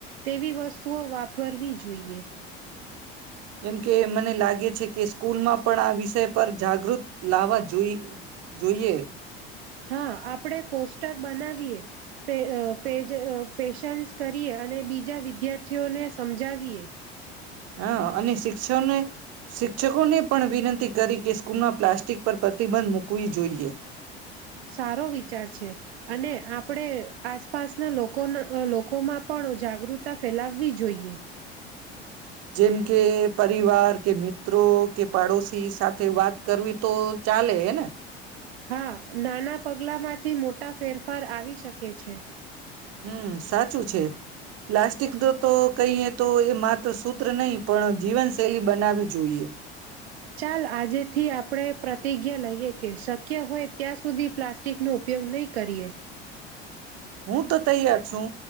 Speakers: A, on the right; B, on the right.
A: તેવી વસ્તુઓ વાપરવી જોઈએ.
B: કેમ કે મને લાગે છે કે સ્કૂલમાં પણ આ વિષય પર જાગૃત લાવવા જોઈ જોઈએ.
A: હા આપણેે પોસ્ટર બનાવીએ પે પેજ પેશન્સ કરીએ, અને બીજા વિદ્યાર્થીઓને સમજાવીએ...
B: હા અને શિક્ષ શિક્ષકોને પણ વિનંતી કરી કે સ્કૂલમાં પ્લાસ્ટિક પર પ્રતિબંધ મૂકવી જોઈએ.
A: સારો વિચાર છે, અને આપણે આસપાસના લોકો લોકોમાં પણ જાગૃતતા ફેલાવવી જોઈએ.
B: જેમ કે... પરિવાર કે મિત્રો કે પાડોશી સાથે વાત કરવી તો ચાલે હેને.
A: હા નાના પગલામાંથી મોટા ફેરફાર આવી શકે છે.
B: હમ સાચું છે પ્લાસ્ટિક તો કઈ તો એ માથ તો સૂત્ર નહીં પણ જીવનશૈલી બનાવી જોઈએ.
A: ચાલ આજેથી આપણે પ્ર પ્રતિજ્ઞા લઈએ કે શક્ય હોય ત્યાં સુધી પ્લાસ્ટિક નો ઉપયોગ નહીં કરીએ.
B: હું તો તૈયાર છું,